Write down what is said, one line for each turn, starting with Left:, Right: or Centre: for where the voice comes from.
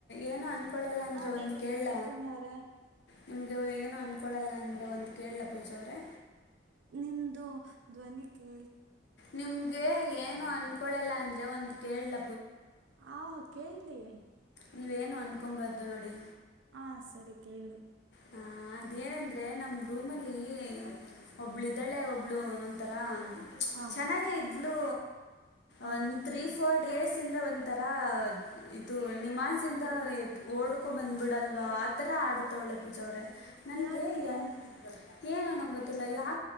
Left: ಏನ ಅನ್ಕೊಳ್ಳಲ್ಲ ಅಂದ್ರೆ
Right: ಹ
Left: ಒಂದು
Right: ಹೇಳಿ
Left: ಕೇಳ
Right: ಪುಣ್ಯ ಅವ್ರೆ
Left: ನಿಮ್ಗೆ ಏನು ಅಂದ್ಕೊಳ್ಳಲ್ಲ ಅಂದ ಒಂದು ಕೇಳಲ ಪೂಜ ಅವ್ರೇ
Right: ನಿಮ್ದು ಧ್ವನಿ ಕೇಳ
Left: ನಿಮ್ಗೆ ಏನು ಅನ್ಕೊಳ್ಳಲ್ಲ ಅಂದ್ರೆ ಒಂದ್ ಕೇಳ್ಲ
Right: ಆ ಕೇಳಿ ಹ್ಮ
Left: ನೀವೇನು ಅನ್ಕೊಬಾರ್ದು ನೋಡಿ
Right: ಹಾ ಸರಿ ಕೇಳ್ರಿ
Left: ಹ ಅದೇನಂದ್ರೆ ನಮ್ ರೂಮಲ್ಲಿ ಒಬ್ಳು ಇದಾಳೆ ಒಬ್ಳು ಒಂಥರ
Right: ಹ
Left: ಚೆನ್ನಾಗೇ ಇದ್ಲೂ
Right: ಹ
Left: ಒಂದ್ ತ್ರೀ ಫೋರ್ ಡೇಸಿಂದ ಒಂಥರ ಇದು ನಿಮಾನ್ಸಿಂದ ಓಡ್ಕೊ ಬಂದ್ಬಿಡಲ್ವಾ ಆ ಥರ ಆಡುತ್ತವಳ್ಳೆ ಪೂಜಾ ಅವ್ರೆ ನನ್ಗೆ
Right: ಯಾಕೆ
Left: ಎಂ ಏನೊ ನಂಗೊತ್ತಿಲ್ಲ ಯಾ